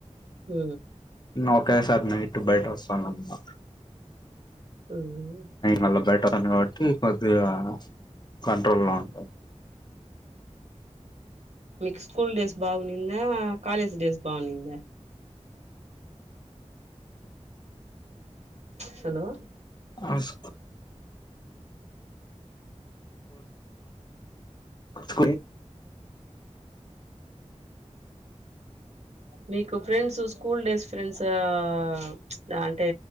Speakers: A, on the right; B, on the left.
A: ఉ
B: ఓకే సార్ నే ఇటు బయట వస్తాను న
A: ఉమ్
B: మళ్ళ బెటా ను కాబట్టి కొద్దిగా కంట్రోల్లో ఉంటాంది
A: మీకు స్కూల్ డేస్ బాగున్నిందా కాలేజ్ డేస్ బాగునిందా హలో
B: అస్ స
A: మీకు ఫ్రెండ్స్ స్కూల్ డేస్ ఫ్రెండ్స్ ఆ అంటే